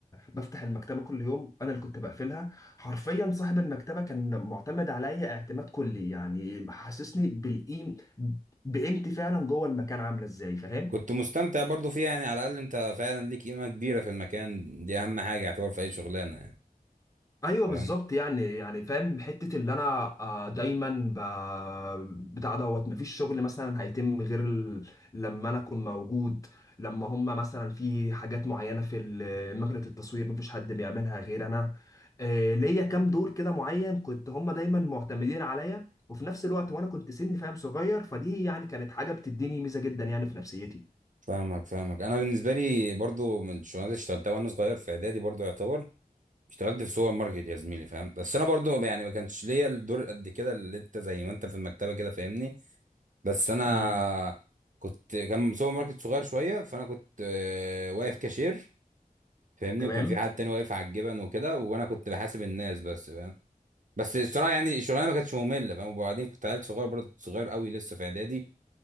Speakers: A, on the left; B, on the right.
A: بفتح المكتبه كل يوم انا اللي كنت بقفلها حرفيا صاحب المكتبه كان معتمد عليا اعتماد كلي يعني حسسني بالقيم بقيمتي فعلا جوه المكان عامله ازاي فاهم
B: كنت مستمتع برضو فيها يعني على الاقل انت فعلا ليك قيمه كبيره في المكان دي اهم حاجه يعتبر في اي شغلانه يعني
A: ايوه
B: فاهم
A: بالظبط يعني يعني فاهم حته اللي انا آه، دايما ب- بتاع دوت مفيش شغل مثلا هيتم غير ال... لما انا اكون موجود لما هم مثلا في حاجات معينه في ال- مكنه التصوير مفيش حد بيعملها غير انا آه، ليا كام دور كده معين كنت هم دايما معتمدين عليا وفي نفس الوقت وانا كنت سن فاهم صغير فدي يعني كانت حاجه بتديني ميزه جدا يعني في نفسيتي
B: فاهمك فاهمك انا بالنسبه لي برضو من الشغلانات اللي اشتغلتها وانا صغير في اعدادي برضو يعتبر اشتغلت في سوبر ماركت يا زميلي فاهم بس انا برضو يعني ما كانش ليا الدور قد كده اللي انت زي ما انت في المكتبه كده فاهمني بس انا
A: امم
B: كنت كان سوبر ماركت صغير شويه فانا كنت آه، واقف كاشير فاهمني
A: تمام
B: وكان في حد تاني واقف على الجبن وكده وانا كنت بحاسب الناس بس فاهم بس الصراحه يعني الشغلانه ما كانتش ممله فاهم وبعدين كنت عيل صغير برضه صغير قوي لسه في اعدادي